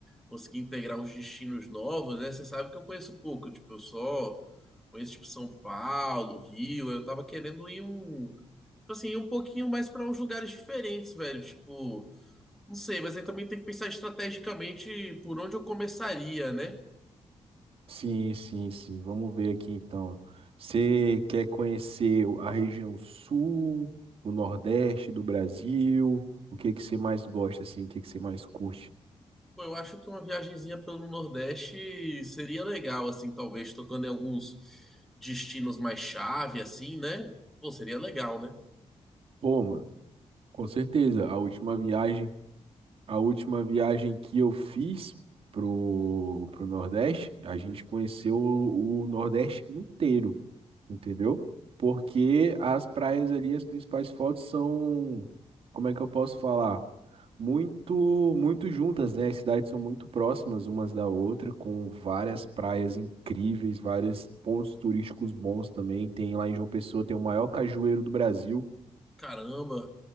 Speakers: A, in the centre; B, on the right.
A: conseguir integrar uns destinos novos, né? Você sabe que eu conheço pouco, tipo, eu só conheço tipo São Paulo, Rio, eu tava querendo ir um tipo assim, ir um pouquinho mais pra uns lugares diferentes, velho, tipo, não sei, mas aí também tem que pensar estrategicamente por onde eu começaria, né?
B: Sim, sim, sim. Vamos ver aqui então. Você quer conhecer o- a região sul, o nordeste do Brasil? O que que você mais gosta assim? O que que você mais curte?
A: Pô, eu acho que uma viagenzinha pelo Nordeste seria legal, assim, talvez tocando em alguns destinos mais chave, assim, né? Pô, seria legal, né?
B: Pô, mano, com certeza, a última viagem A última viagem que eu fiz pro, pro Nordeste, a gente conheceu o, o Nordeste inteiro, entendeu? Porque as praias ali, as principais fotos são, como é que eu posso falar? Muito, muito juntas, né? As cidades são muito próximas umas da outra, com várias praias incríveis, vários pontos turísticos bons também. Tem lá em João Pessoa, tem o maior cajueiro do Brasil.
A: Caramba.